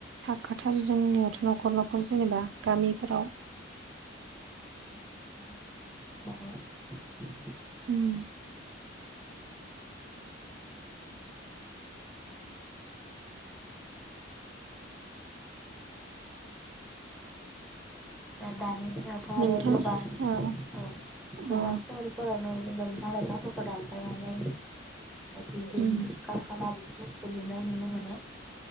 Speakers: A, on the right; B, in the centre.
A: थाखाथारो जोंनियावथ' न'खर न'खर जेनेबा गामिफोराव
B: <unintelligible>
A: उम
B: दा-दानि दिनावथ'
A: नोंथां
B: आरो गोबां
A: ओ
B: औ गोबां
A: अ
B: सोहोर फोरावनो जेनेबा बिफां लाइफांफोरखौ दानफायनानै बिल्दिं
A: उम
B: कारखाना बिफोरसो लुनाय नुनो मोनो।